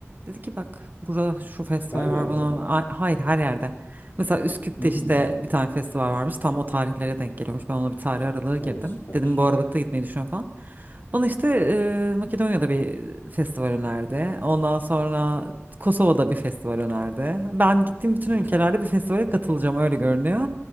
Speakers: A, on the right; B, on the left.
A: Dedi ki bak burada şu festival
B: Belgrad'da
A: var bunu
B: mı?
A: A- hayır her yerde. Mesela Üsküp'te
B: Hmm.
A: işte bir tane festival varmış tam o tarihlere denk geliyormuş. Ben ona bir tarih aralığı
B: O
A: girdim.
B: süper.
A: Dedim bu aralıkta gitmeyi düşünüyorum falan. Bana işte e, Makedonya'da bir festival önerdi. Ondan sonra Kosova'da bir festival önerdi. Ben gittiğim bütün
B: Hmm.
A: ülkelerde bir festivale katılacağım öyle görünüyor.